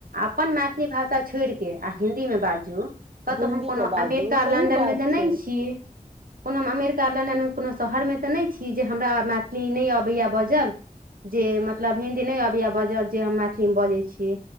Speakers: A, on the right (about 75°); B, on the right (about 40°).
A: अपन मैथिली भाषा छोड़ि कऽ आ हिंन्दीमे बाजू कतो
B: हिन्दी
A: हम कोनो
B: मे बाजू
A: अमेरिका
B: सही
A: लंन्दन
B: बात
A: मे तऽ नइ
B: छै
A: छी कोनो हम अमेरिका लंदन कोनो शहर मे तऽ नहि छी जे हमरा मैथिली नहि अबैए बजल जे मतलब हिंन्दी नहि अबय बजल जे हम मैथिली मे बजै छी